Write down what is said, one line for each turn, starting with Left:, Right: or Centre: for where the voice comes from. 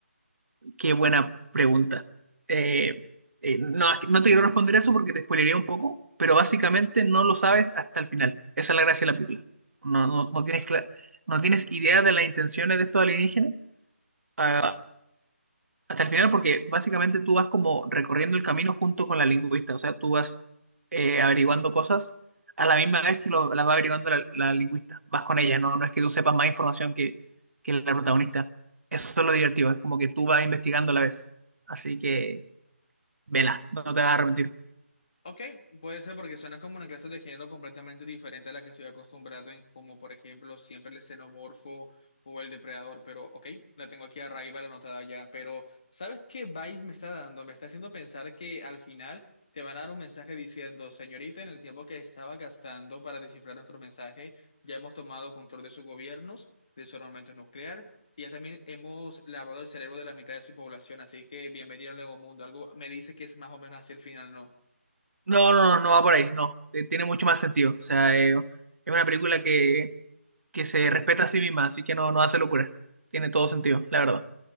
Right: Qué buena pregunta. Eh, eh, no, no te quiero responder eso porque te spoilería un poco, pero básicamente no lo sabes hasta el final. Esa es la gracia de la película. No, no, no tienes, cla- no tienes idea de las intenciones de estos alienígenas Ah, hasta el final, porque básicamente tú vas como recorriendo el camino junto con la lingüista, o sea, tú vas eh, averiguando cosas a la misma vez que lo, las va averiguando la, la lingüista, vas con ella, no, no es que tú sepas más información que, que la protagonista. Eso es lo divertido, es como que tú vas investigando a la vez. Así que, vela, no te vas a arrepentir.
Left: Ok, puede ser porque suena como una clase de género completamente diferente a la que estoy acostumbrado en, como por ejemplo, siempre el xenomorfo o el depredador, pero ok, la tengo aquí arriba, la anotada ya, pero ¿sabes qué vibe me está dando? Me está haciendo pensar que al final te van a dar un mensaje diciendo, señorita, en el tiempo que estaba gastando para descifrar nuestro mensaje, ya hemos tomado control de sus gobiernos, de su armamento nuclear. Y ya también hemos lavado el cerebro de la mitad de su población, así que bienvenido al nuevo mundo. Algo me dice que es más o menos así el final, ¿no?
Right: No, no, no, no va por ahí, no, Eh, tiene mucho más sentido, o sea, eh, es una película que que se respeta a sí misma, así que no, no hace locura. Tiene todo
Left: Mm.
Right: sentido, la verdad.